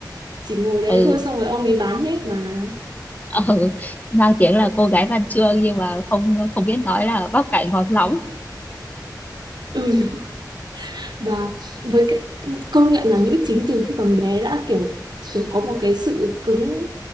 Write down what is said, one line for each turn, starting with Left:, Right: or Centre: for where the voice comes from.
Right: chỉ ngồi đấy
Left: ừ
Right: thôi xong rồi ông ấy bán hết mà
Left: ừ, mang tiếng là cô gái văn chương nhưng mà không không biết nói là bắp cải ngọt lóng
Right: ừ. và với cái công nhận là nữ chính từ khi còn bé đã kiểu kiểu có một cái sự cứng